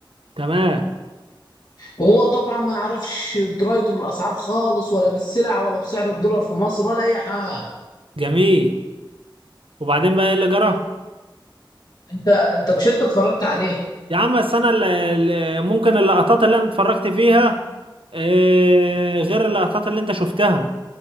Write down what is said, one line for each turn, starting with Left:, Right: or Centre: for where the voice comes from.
Right: تمام
Left: وهو طبعا ما يعرفش درايته بالاسعار خالص ولا بالسلع ولا بسعر الدولار في مصر ولا اي حاجه
Right: جميل وبعدين بقى ايه اللي جرى؟
Left: انت انت مش انت اتفرجت عليه
Right: يا عم بس انا اللي اللي- ممكن اللقطات اللي انا اتفرجت فيها آه، غير اللقطات اللي انت شفتها